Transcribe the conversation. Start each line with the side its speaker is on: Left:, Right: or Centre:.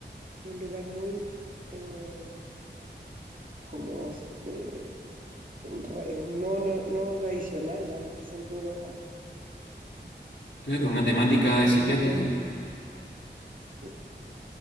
Right: un lugar muy eh, como eh, re- no, no, no tradicional a los que siempre uno va.
Left: Claro, una temática de psiquiátrico.
Right: sí.